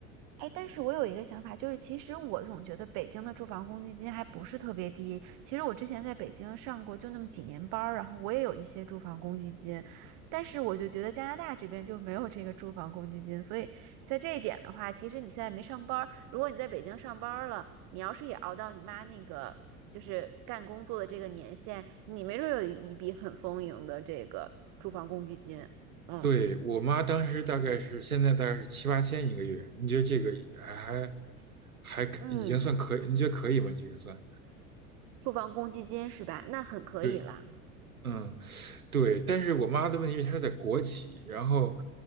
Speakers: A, on the right (about 45°); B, on the right (about 80°).
A: 哎，但是我有一个想法，就是其实我总觉得北京的住房公积金还不是特别低。其实我之前在北京上过就那么几年班儿，然后我也有一些住房公积金，但是我就觉得加拿大这边就没有这个住房公积金，所以在这一点的话，其实你现在没上班儿，如果你在北京上班儿了，你要是也熬到你妈那个就是干工作的这个年限，你没准儿有一笔很丰盈的这个住房公积金。嗯
B: 对，我妈当时大概是现在大概是七八千一个月，你觉得这个还还还可已经算可以？
A: 嗯，
B: 你觉得可以吗？这个算
A: 住房公积金是吧？那很可以了。
B: 对，嗯。对，但是我妈的问题是她在国企，然后